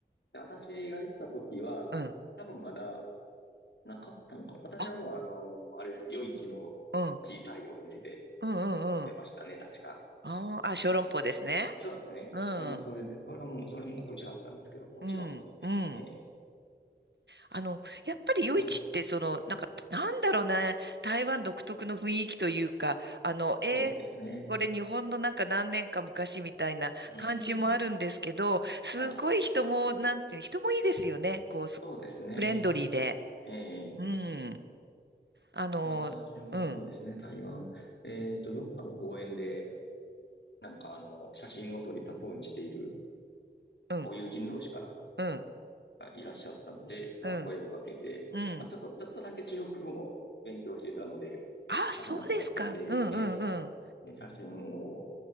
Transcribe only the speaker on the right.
うん。
あ、
うん、うん、
うん、
うん。
あーあ、小籠包ですね。
うん、
うん、うん。
あの、やっぱり夜市って、
その、なんか、なんだろうね台湾独特の雰囲気というか、あの、えー
これ日本のなんか何年か昔みたいな感じもあるんですけど、
すごい人も、
なんていう、人もいいですよね。こう、す
フレンドリーで。
うん。あの、
うん、
うん、
うん、
うん、
うん。
あ、そうですか。
うん、
うん、うん。